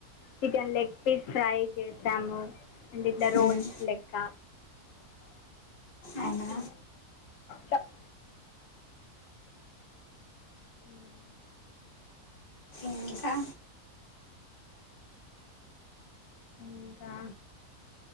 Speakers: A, on the left; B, on the left.
A: చికెన్ లెగ్ పీస్ ఫ్రై చేసాము. అండ్ ఇట్ల రోస్ట్
B: మ్మ్.
A: లెక్క.
B: అవునా
A: అయ్యో చప్ మ్
B: ఇంకా?
A: ఇంకా?